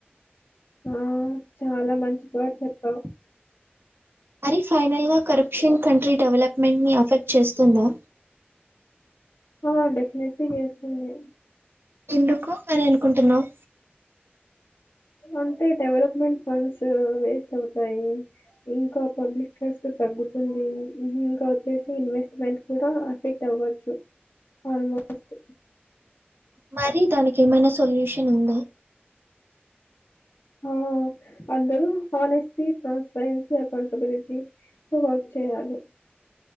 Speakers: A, on the left; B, on the right.
A: ఆ చాలా మంచి మాట చెప్పావు
B: మరి ఫైనల్ గా కరప్షన్ కంట్రీ డెవలప్మెంట్ ని ఎఫెక్ట్ చేస్తుందా
A: ఆ డెఫినెట్లీ చేస్తుంది
B: ఎందుకు అని అనుకుంటున్నావ్
A: అంటే డెవలప్మెంట్ ఫండ్స్ వేస్ట్ అవుతాయి ఇంకా పబ్లిక్ ట్రస్ట్ తగ్గుతుంది ఇంకా వచ్చేసి ఇన్వెస్ట్మెంట్ కూడా అఫెక్ట్ అవ్వచ్చు ఆల్మోస్ట్
B: మరి దానికి ఏమైనా సొల్యూషన్ ఉందా
A: ఆ అందరు హనెస్టిటీ ట్రాన్స్పరెన్సీ అకౌంటబిలిటీ వర్క్ చేయ్యాలి